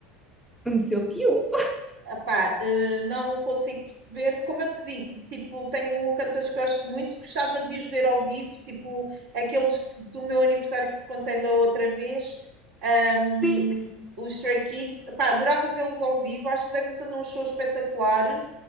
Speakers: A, in the centre; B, on the right.
A: antes ele que eu.
B: Epá, eh, não consigo perceber. Como eu te disse, tipo, tenho cantores que gosto muito, gostava de os ver ao vivo, tipo aqueles que- do meu aniversário que te contei da outra vez, ahm,
A: Sim,
B: os Stray Kids. Epá, adorava vê-los ao vivo, acho que devem fazer um show espetacular.